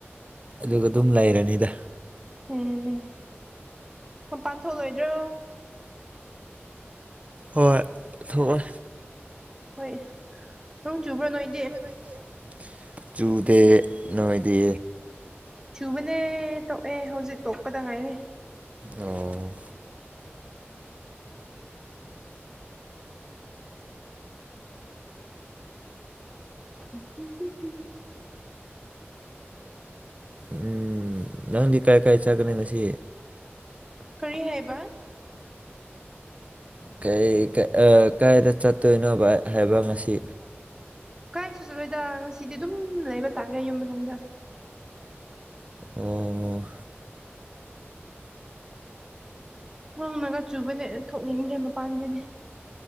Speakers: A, on the right; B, on the right.
A: ꯑꯗꯨꯒ ꯑꯗꯨꯝ ꯂꯩꯔꯅꯤꯗ꯫
B: ꯎꯝ ꯃꯄꯥꯟ ꯊꯣꯛꯂꯣꯏꯗ꯭ꯔꯣ
A: ꯍꯣꯏ ꯊꯣꯛꯑꯣꯏ
B: ꯍꯣꯏ ꯅꯣꯡ ꯆꯨꯕ꯭ꯔꯣ ꯅꯣꯏ
A: <unintelligible> ꯆꯨꯗꯦ ꯅꯣꯢꯗꯤ꯫
B: ꯆꯨꯕꯅꯦ ꯇꯣꯛꯑꯦ ꯍꯧꯖꯤꯛ ꯇꯣꯛꯄꯗ ꯉꯥꯏꯔꯤ꯫
A: ꯑꯣ
B: ꯎ ꯎꯝ ꯎꯨꯝ ꯎꯝ <unintelligible>
A: ꯎꯝ ꯅꯪꯗꯤ ꯀꯥꯏ ꯀꯥꯏ ꯆꯥꯠꯀꯅꯤ ꯉꯁꯤ꯫
B: ꯀꯔꯤ ꯍꯥꯏꯕ
A: ꯀꯥꯏ ꯑ ꯀꯥꯏꯗ ꯆꯠꯇꯣꯏꯅꯣꯕ ꯍꯥꯏꯕ ꯉꯁꯤ꯫
B: ꯀꯥꯏꯁꯨ ꯆꯠꯂꯣꯏꯗ ꯉꯁꯤꯗꯤ ꯑꯗꯨꯝ ꯂꯩꯕ ꯇꯥꯔꯦ ꯌꯨꯝ ꯃꯅꯨꯡꯗ꯫
A: ꯑꯣ
B: ꯅꯣꯡꯅꯥꯒ ꯆꯨꯕꯅꯦ ꯊꯣꯛꯅꯤꯡꯗ꯭ꯔꯦ ꯃꯄꯥꯟꯗꯩꯗꯤ꯫